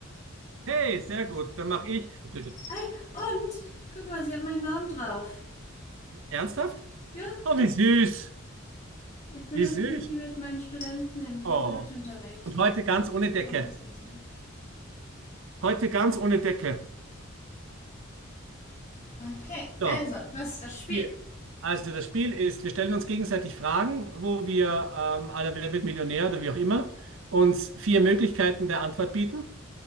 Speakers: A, on the right (about 65°); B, on the left (about 35°).
A: Hey, sehr gut. Dann mache ich. Und,
B: Ei, und? Guck mal, sie hat meinen Namen drauf.
A: ernsthaft?
B: Ja,
A: Oh, wie süß.
B: ich benutze
A: Wie süß.
B: sie mit meinen Studenten im Privatunterricht,
A: Oh. Und heute
B: damit
A: ganz
B: sie
A: ohne Decke.
B: auch was wissen.
A: Heute ganz ohne Decke.
B: Okay,
A: So,
B: also, was ist das Spiel?
A: hier. Also das Spiel ist, wir stellen uns gegenseitig Fragen, wo wir ähm, alle Wer wird Millionär oder wie auch immer, uns vier Möglichkeiten der Antwort bieten.